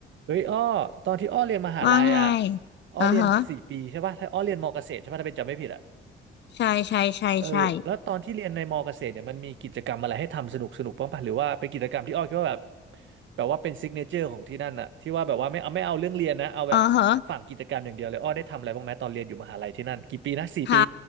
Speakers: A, on the right; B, on the left.
A: เฮ้ยอ้อตอนที่อ้อเรียนมหาลัยอ่ะ
B: ว่าไง
A: อ้อเรียนสี่ปีใช่ป่ะถ้าอ้อเรียนมอเกษตรใช่ป่ะถ้าเป็นจำไม่ผิดอ่ะ
B: อ่าฮะใช่ใช่ใช่ใช่
A: เออแล้วตอนที่เรียนในมอเกษตรเนี่ยมันมีกิจกรรมอะไรให้ทำสนุกสนุกบ้างป่ะหรือว่าเป็นกิจกรรมที่อ้อคิดว่าแบบแบบว่าเป็นซิกเนเจอร์ของที่นั่นน่ะที่ว่าแบบว่าไม่เอาไม่เอาเรื่องเรียนนะเอาแบบฝั่งกิจกรรมอย่างเดียวเลยอ้อได้ทำอะไรบ้างไหมตอนเรียนอยู่มหาลัยที่นั่นกี่ปีนะสี่ปี
B: อ่าฮะท